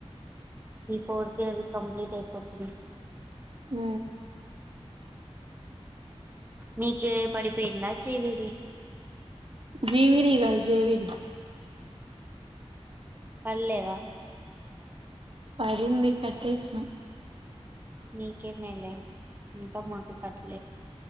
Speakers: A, on the right (about 20°); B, on the right (about 55°).
A: ఈ ఫోర్త్ ఇయర్ కంప్లీట్ అయిపోది
B: ఊ
A: మీకే పడిపోయిందా జీవిడి
B: జీవిడి గాదు జెవిడి
A: పడ్లేదా
B: పడింది కట్టేసినం
A: మీకే మేలే ఇంకా మాకు పట్